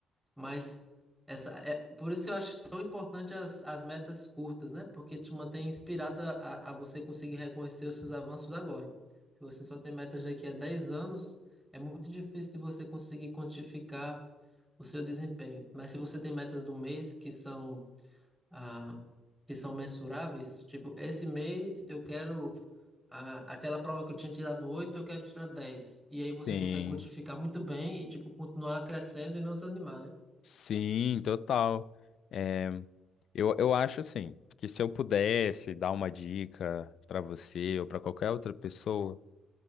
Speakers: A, in the centre; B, on the left (about 65°).
A: Mas essa é por isso eu acho tão importante as, as metas curtas, né? Porque te mantém inspirada a, a você conseguir reconhecer os seus avanços agora. Se você só tem metas daqui a 10 anos, é muito difícil de você conseguir quantificar o seu desempenho. Mas se você tem metas do mês que são ah, que são mensuráveis, tipo, esse mês eu quero a aquela prova que eu tinha tirado 8 eu quero tirar dez E aí você
B: Sim.
A: consegue quantificar muito bem e tipo continuar crescendo e não desanimar, né?
B: Sim, total. É, eu, eu acho assim, que se eu pudesse dar uma dica para você ou para qualquer outra pessoa